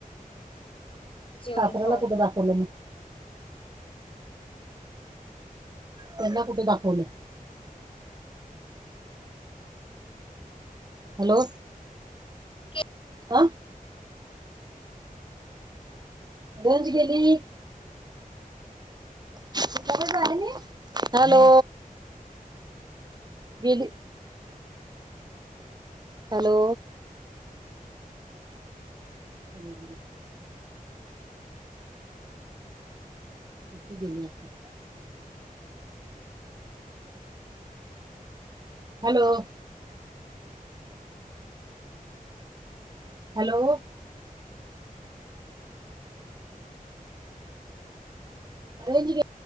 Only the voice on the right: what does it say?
सासऱ्याला
कुठं दाखवलं लगेच. त्यांना कुठं दाखवलं. हॅलो!
कोण? रोज गेली. डबल तरआहेनी हॅलो! गेली हॅलो! अरे <inaudible> किती दिले गेली आपे? हॅलो, ! हॅलो, ! कलेजी घे.